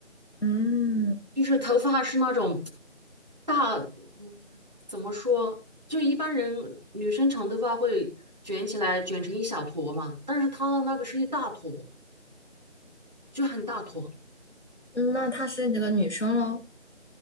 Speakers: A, on the left; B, on the right.
A: 嗯，
B: 就是头发是那种大，嗯，怎么说？就一般人女生长头发会卷起来，卷成一小坨嘛，但是她的那个是一大坨，就很大坨。
A: 嗯那她是你的女生喽？